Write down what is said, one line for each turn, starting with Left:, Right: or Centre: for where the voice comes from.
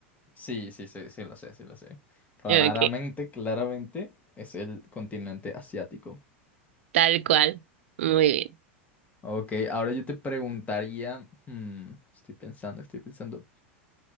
Left: Sí, sí, sí, sí lo sé, sí lo sé. Claramente,
Right: Ok,
Left: claramente es el continente asiático.
Right: tal cual. Muy bien.
Left: Ok, ahora yo te preguntaría, hmm, estoy pensando, estoy pensando.